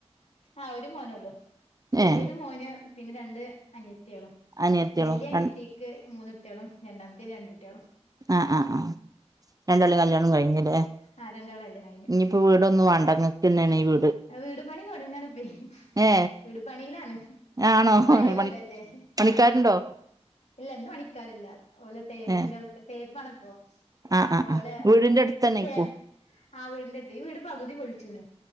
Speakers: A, on the left; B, on the right.
A: ആഹ് ഒരു മോനേ ഉള്ളൂ വലിയത്
B: ഏ
A: മോന് പിന്നെ രണ്ട് അനിയത്തൃളളും
B: അനിയത്തികളോ
A: വലിയ അനിയത്തി
B: ആ
A: ക്ക് മൂന്ന് കുട്ടൃളും രണ്ടാമത്തെ രണ്ട് കുട്ടിയളും
B: ആഹ് ആഹ് ആഹ് രണ്ടാളിം കല്യാണം കഴിഞ്ഞില്ലേ
A: ആ രണ്ടാളെ കല്യാണം കഴിഞ്ഞു
B: ഇനിയിപ്പോ വി വീടെന്നു വണ്ട ഇങ്ങക്ക് തന്നെയാണ് ഈ വീട്.
A: വീട് പണി തുടങ്ങാണ്പ്പേ
B: ഏ
A: വീട് പണിയിലാണ്
B: ആണോ
A: ഇത് പഴയ
B: പണി
A: വീടല്ലേ
B: പണിക്കാരുണ്ടോ
A: ആഹ് ഇല്ല ഇന്ന് പണിക്കാറില്ല ഒല് തേപ്പിന്റെ
B: ഏ
A: തേപ്പാണ് ഇപ്പോ
B: ആ ആ
A: ഓലെ
B: ആ വീടിന്റെ അടുത്ത് തന്നെയായിക്കോ
A: ഫേം ആ വീടിന്റെ ഈ വീട് പകുതി പൊളിച്ച്ണ്